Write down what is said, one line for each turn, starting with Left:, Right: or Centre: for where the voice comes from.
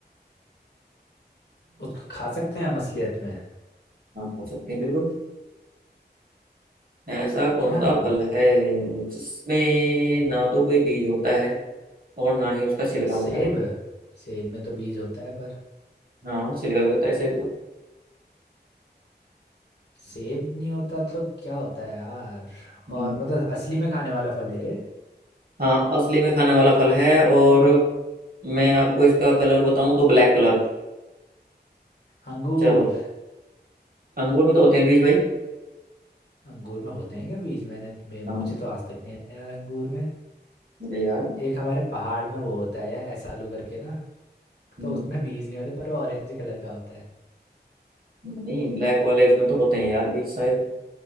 Left: <laughs> उसको खा सकते हैं हम असलियत में
Right: हाँ हो सकते हैं बिल्कुल ऐसा कौन
Left: क्या
Right: सा
Left: फल
Right: फल
Left: है?
Right: है जिसमें ना तो कोई बीज होता है और ना ही उसका छिलका
Left: सेब
Right: होता है
Left: सेब में तो बीज होता है पर
Right: हाँ छिलका भी होता है छिलका
Left: सेब नहीं होता तो क्या होता है यार
Right: हम्म
Left: और मतलब असली में खाने वाला फल है ये
Right: हाँ असली में खाने वाला फल है और मैं आपको इसका कलर बताऊं तो ब्लैक कलर
Left: अंगूर
Right: चलो अंगूर में तो होते हैं बीज भाई
Left: अंगूर में होते हैं क्या बीज मैंने मैं-
Right: हाँ
Left: मुझे तो आज तक नहीं आया यार अंगूर में
Right: अरे यार
Left: एक हमारे पहाड़ में वो होता है यार ऐसालू करके ना
Right: हम्म,
Left: तो उसमें बीज नहीं होते पर वो ऑरेंज कलर का होता है
Right: नहीं ब्लैक वाले इसमें तो होते हैं यार बीज शायद